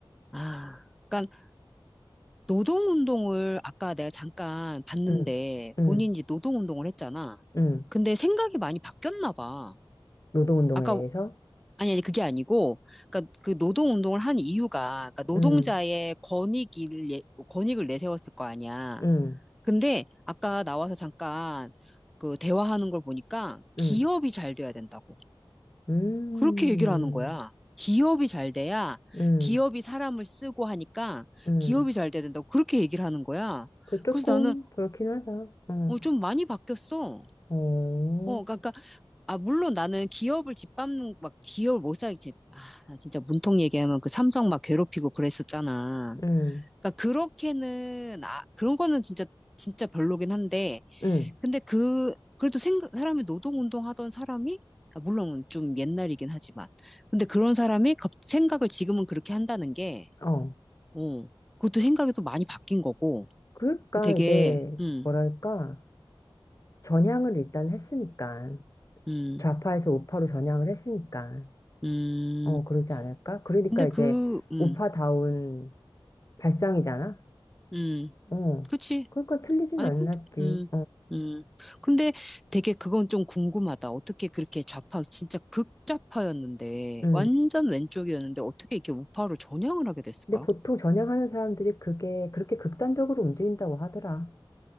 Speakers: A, in the centre; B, on the left.
A: 아, 그러니까 노동운동을 아까 내가 잠깐 봤는데
B: 음, 음,
A: 본인이 노동운동을 했잖아.
B: 음.
A: 근데 생각이 많이 바뀌었나 봐.
B: 노동운동에
A: 아까
B: 대해서?
A: 아니 아니 그게 아니고, 그러니까 그 노동운동을 한 이유가 그러니까 노동자의
B: 음,
A: 권익을 예- 권익을 내세웠을 거 아니야.
B: 음,
A: 근데 아까 나와서 잠깐 그 대화하는 걸 보니까 기업이
B: 음,
A: 잘 돼야 된다고.
B: 음,
A: 그렇게 얘기를 하는 거야. 기업이 잘 돼야
B: 음,
A: 기업이 사람을 쓰고 하니까
B: 음.
A: 기업이 잘 돼야 된다고 그렇게 얘기를 하는 거야.
B: 그 조금
A: 그래서 나는
B: 그렇긴 하다. 어,
A: 어, 좀 많이 바뀌었어.
B: 어,
A: 어, 그러니까 그러니까, 아, 물론 나는 기업을 짓밟는, 막, 기업을 못 살겠지. 아, 나 진짜 문통 얘기하면 그 삼성 막 괴롭히고 그랬었잖아.
B: 음,
A: 그러니까 그렇게는, 아, 그런 거는 진짜, 진짜 별로긴 한데,
B: 음,
A: 근데 그, 그래도 생각, 사람이 노동운동 하던 사람이, 아, 물론 좀 옛날이긴 하지만, 근데 그런 사람이 갑- 생각을 지금은 그렇게 한다는 게,
B: 어.
A: 어, 그것도 생각이 또 많이 바뀐 거고,
B: 그러니까
A: 그 되게,
B: 이제
A: 음,
B: 뭐랄까 전향을 일단 했으니까
A: 음,
B: 좌파에서 우파로 전향을 했으니까
A: 음,
B: 어 그러지 않을까? 그러니까
A: 근데 그,
B: 이제
A: 음,
B: 우파다운 발상이잖아.
A: 음,
B: 어,
A: 그치.
B: 그러니까 틀리진
A: 아니,
B: 않았지.
A: 근데, 음, 음. 근데 되게 그건 좀 궁금하다. 어떻게 그렇게 좌파, 진짜 극좌파였는데,
B: 어,
A: 완전 왼쪽이었는데, 어떻게 이렇게 우파로 전향을 하게 됐을까?
B: 근데 보통 전향하는 사람들이 그게 그렇게 극단적으로 움직인다고 하더라.